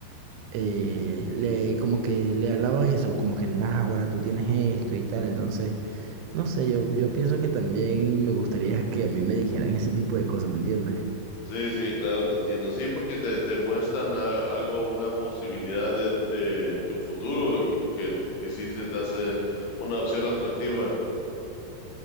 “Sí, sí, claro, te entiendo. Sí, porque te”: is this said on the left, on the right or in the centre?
Left